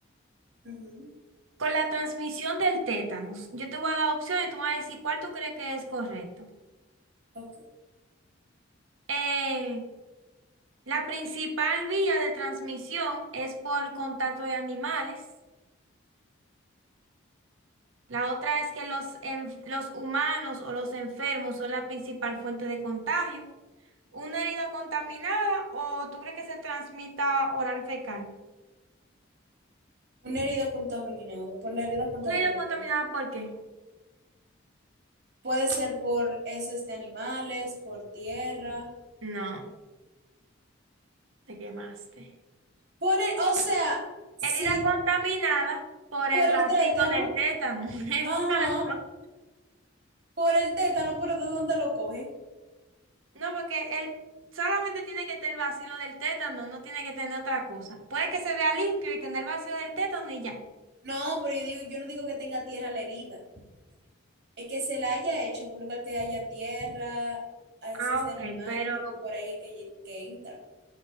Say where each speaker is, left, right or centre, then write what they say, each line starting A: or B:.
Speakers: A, on the right; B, on the right.
A: Ujú,
B: Con la transmisión del tétanos, yo te voy a dar opciones, tú me vas a decir cuál tú crees que es correcto.
A: ok.
B: Eh, la principal vía de transmisión es por contacto de animales. La otra es que los, en- los humanos o los enfermos son la principal fuente de contagio. Una herida contaminada o tú crees que se transmita oral fecal.
A: Una herida contaminada. Por la herida contaminada.
B: Una herida contaminada, ¿por qué?
A: Puede ser por heces de animales, por tierra.
B: No, te quemaste.
A: Por el- o sea, sí,
B: Herida contaminada por
A: por
B: el vacío
A: el tétano.
B: del tétano. <laughs> Exacto.
A: Ajá. Por el tétano, pero ¿de dónde lo coge?
B: No, porque él solamente tiene que tener vacío del tétano, no tiene que tener otra cosa. Puede que se vea limpio y tener vacío del tétano y ya.
A: No, pero yo digo, yo no digo que tenga tierra la herida. Es que se la haya hecho en un lugar que haya tierra, a veces
B: Ah,
A: de
B: ok,
A: animales,
B: pero,
A: porque por ahí es que, que entra.